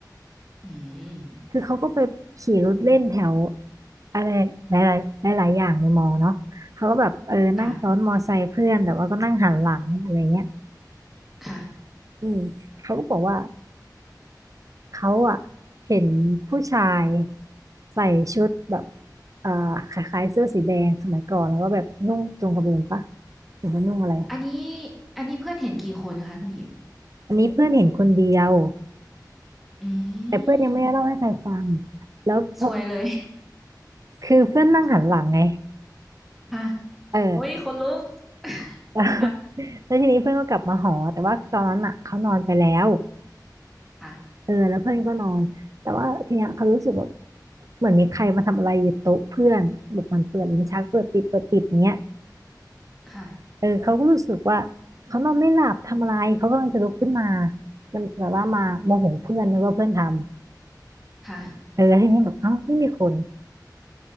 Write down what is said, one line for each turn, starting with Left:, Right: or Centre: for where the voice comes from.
Centre: อืม
Right: คือเขาก็ไปขี่รถเล่นแถวอะไรหลายๆหลายๆอย่างในมอเนาะเขาก็แบบเออนั่งซ้อนมอไซค์เพื่อนแต่ว่าก็นั่งหันหลังอะไรเงี้ย
Centre: ค่ะค่ะ
Right: อืมเขาก็บอกว่า เขาอะเห็นผู้ชายใส่ชุดแบบเอ่อคล้ายๆเสื้อสีแดงสมัยก่อนแล้วก็แบบนุ่งจงกระเบนปะหรือว่านุ่งอะไร
Centre: อันนี้อันนี้เพื่อนเห็นกี่คนนะคะคุณหญิง
Right: อันนี้เพื่อนเห็นคนเดียว
Centre: อื
Right: แต่เพื่อนยังไม่ได้เล่าให้ใครฟัง
Centre: ม
Right: แล้วพอ
Centre: ซวยเลย
Right: คือเพื่อนนั่งหันหลังไง
Centre: ค่ะ <laughs>
Right: เออ
Centre: โอ้ยคนลุก <laughs>
Right: <laughs>
Centre: ค่ะ
Right: แล้วแล้วทีนี้เพื่อนก็กลับมาหอแต่ว่าตอนนั้นอะเขานอนไปแล้ว
Centre: ค่ะ
Right: เออแล้วเพื่อนก็นอนแต่ว่าทีเนี้ยเขารู้สึกแบบเหมือนมีใครมาทำอะไรอยู่โต๊ะเพื่อนแบบมันเปิดลิ้นชักเปิดปิดเปิดปิดอย่างเงี้ย
Centre: ค่ะ
Right: เออเขาก็รู้สึกว่าเขานอนไม่หลับทำอะไรเขากำลังจะลุกขึ้นมาจนแบบว่ามาโมโหเพื่อนนึกว่าเพื่อนทำ
Centre: ค่ะ
Right: เออแล้วทีนี้แบบเอ้าไม่มีคน